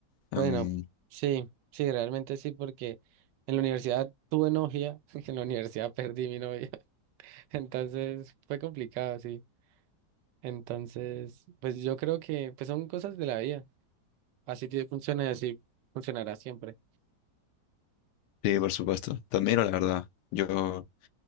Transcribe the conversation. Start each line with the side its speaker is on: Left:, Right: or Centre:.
Left: Em,
Right: bueno, sí, sí, realmente sí, porque en la universidad tuve novia, <laughs> en la universidad perdí mi novia, <laughs> entonces fue complicado, sí. Entonces, pues yo creo que pues son cosas de la vida. Así te funciona y así funcionará siempre.
Left: Sí, por supuesto. Te admiro, la verdad. Yo,